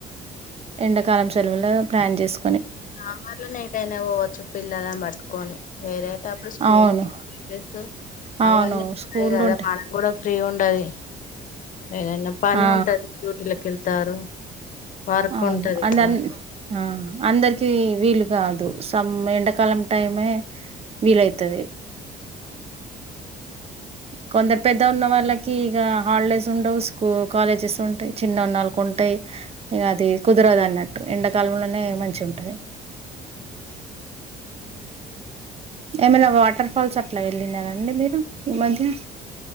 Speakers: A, on the right; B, on the left.
A: ఎండాకాలం సలవుల్లో ప్లాన్ చేసు
B: సామర్లోనే ఏటైనా పోవ్వచ్చు పిల్లలని పట్టుకొని వేరే ఉన్నప్పుడు స్కూల్
A: అవును
B: ఎమ్ చేద్దాం
A: అవును
B: అవన్నీ ఉంటయి
A: స్కూళ్ళు
B: కదా
A: ఉంటాయి
B: మనం కూడా చూద్దం ఫ్రీ ఉండాలి ఏదైనా పని
A: ఆ
B: ఉంటది డ్యూటిలకి వెళ్తారు వర్క్
A: అవును
B: ఉంటది
A: అందర్నీ
B: కదా
A: ఆ అందరికి వీలు కాదు సమ్ ఎండకాలం టైమే వీల్ అయితది కొందరు పెద్ద ఉన్న వాళ్ళకి ఇగా హాలిడేస్ ఉండవు స్కూ కాలేజెస్ ఉంటయి చిన్న ఉన్నళ్ళకు ఉంటయి ఇంక అది కుదరదున్నట్టు ఎండాకాలంలోనే మంచిగా ఉంటది ఏమైనా వాటర్ ఫాల్స్ అట్లా వెళ్ళినార ఆండీ మీరు ఈ మధ్య